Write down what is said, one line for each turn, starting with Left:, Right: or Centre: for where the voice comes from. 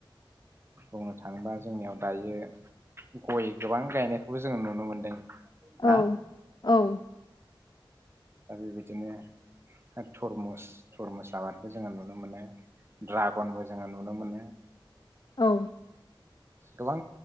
Right: बुंनो थाङोबा जोंनियाव दायो गय गोबां गायनायखौबो जोङो नुनो मोनदों। ना
Left: औ औ
Right: दा बेबायदिनो थरमुस थरमुस आबादबो जोङो नुनो मोनो ड्रागनबो जोङो नुनो मोनो।
Left: औ
Right: गोबां